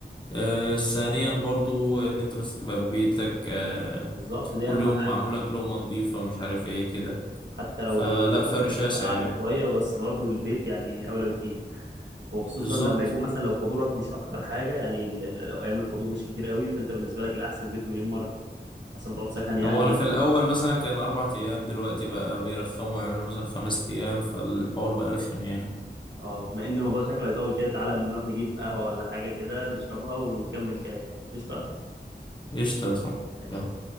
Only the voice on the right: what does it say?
بالظبط دي
اهم
حاجه
حتى لو
التكلفه
اعلى
شويه بس برضو البيت يعني اولى بكتير وخصوصا
لما يكون مثلا لو حضورك مش اكتر حاجه يعني ال- ال- لو ايام الحضور مش كتير قوي فانت بالنسبه لك الاحسن بيت مليون مره احسن ما تقعد سكن يعني
اه بما ان الموضوع شكله هيطول كده تعالى نروح نجيب قهوه ولا حاجه كده نشربها ونكمل كلام قشطه
ماشي يا